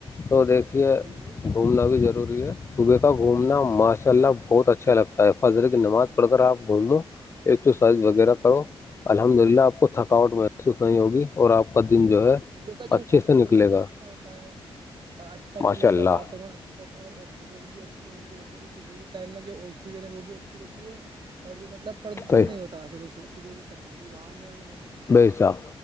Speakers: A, on the left; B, on the right.
A: تو دیکھ اسھیے
B: جی وہی تو
A: گھومنا بھی ضروری ہے صبح کا گھومنا ماشاء اللہ بہت اچھا لگتا ہے فضل کی نماز پڑھ کر آپ گھوم لوں ایکسرسائز وغیرہ کرو الحمد للہ آپ کو تھکاوٹ محسوس نہیں ہوگی اور آپ کا دن
B: وہی
A: جو
B: تو
A: ہے
B: صبح کا جو
A: اچھے
B: واتاورن
A: سے نکلے
B: بھی
A: گا
B: اچھا ہوتا ہے اور اچھا جو
A: ماشاء
B: مطلب
A: اللہ
B: واتاورن ہوتا ہے آکسیجن بھی اچھی ملتی رہتی ہے جو صبح کے ٹائم نا جو آکسیجن ہے وہ بھی اچھی رہتی ہے اور جو مطلب پردوشن
A: صحیح
B: نہیں ہوتا صبح صبح کے ٹائم جو وہن وہ نہیں
A: بے
B: تا
A: حساب
B: تھا